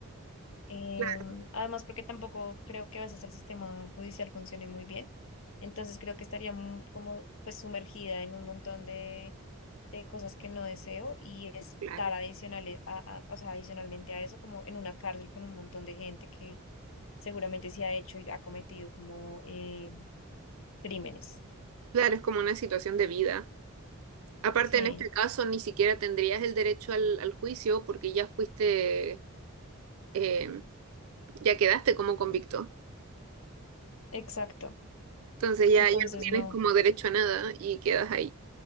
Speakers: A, on the left; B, on the right.
A: Em,
B: claro,
A: además, porque tampoco creo que a veces el sistema judicial funcione muy bien. Entonces creo que estaría mu- como pues sumergida en un montón de, de cosas que no deseo y estar
B: claro.
A: adicionales a, a- o sea, adicionalmente a eso, como en una cárcel con un montón de gente que seguramente sí ha hecho y ha cometido como eh, Crímenes.
B: Claro, es como una situación de vida. Aparte,
A: Sí,
B: en este caso, ni siquiera tendrías el derecho al, al juicio porque ya fuiste, eh, ya quedaste como convicto.
A: exacto.
B: Entonces ya,
A: Entonces
B: ya no tienes
A: no,
B: como derecho a nada y quedas ahí.